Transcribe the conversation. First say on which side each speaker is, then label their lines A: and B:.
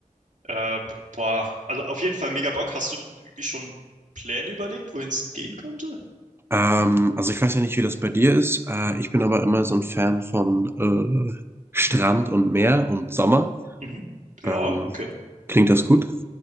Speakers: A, on the right; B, on the right.
A: Äh, boah, also auf jeden Fall mega Bock. Hast du irgendwie schon Pläne überlegt, wohin es gehen könnte?
B: Ähm, also ich weiß ja nicht, wie das bei dir ist. Äh, ich bin aber immer so ein Fan von äh, Strand und Meer und Sommer.
A: Mhm. Ja,
B: Ähm,
A: okay. <laughs>
B: klingt das gut?